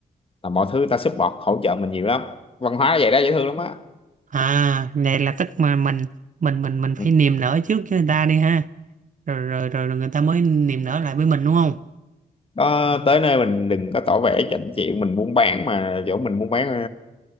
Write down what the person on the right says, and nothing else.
à này là tức mà mình mình mình mình phải
niềm nở trước với người ta đi ha rồi rồi rồi, rồi người ta mới niềm nở lại với mình đúng không